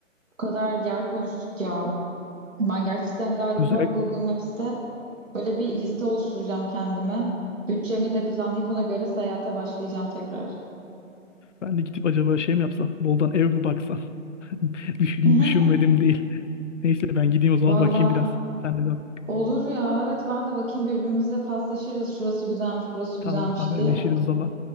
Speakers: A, on the right; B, on the left.
A: Bu kadar yer konuştuk ya. Ben gerçekten galiba
B: Özellikle
A: bu Google Maps'te böyle bir liste oluşturacağım kendime. Bütçemi de planlayıp ona göre seyahate başlayacağım tekrar.
B: ben de gidip acaba şey mi yapsam? Boldan ev mi baksam? <laughs> Düşün,
A: <laughs>
B: düşünmedim değil. Neyse ben gideyim o zaman
A: Valla
B: bakayım biraz. Sen de bak.
A: olur ya. Evet ben de bakayım birbirimize paslaşırız. Şurası güzelmiş, burası
B: Tamam
A: güzelmiş
B: haberleşiriz
A: diye.
B: o zaman.